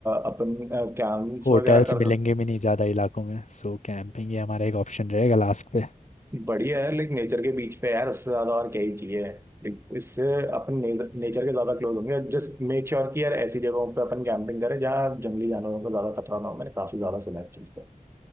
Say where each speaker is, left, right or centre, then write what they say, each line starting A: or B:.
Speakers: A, on the right; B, on the left.
A: अपन कैंप्स
B: होटल्स
A: वगैरह कर सकते
B: मिलेंगे भी नहीं ज़्यादा इलाकों में सो कैंपिंग ही हमारा एक ऑप्शन रहेगा लास्ट पे
A: हैं बढ़िया है लाइक नेचर के बीच पे यार उससे ज्यादा और क्या ही चाहिए लाइक इससे अपन नेचर के ज्यादा क्लोज होंगे जस्ट मेक श्योर कि यार ऐसी जगहों पे अपन कैंपिंग करें जहाँ जंगली जानवरों को ज्यादा खतरा ना हो मैंने काफी ज्यादा सुना है इस चीज का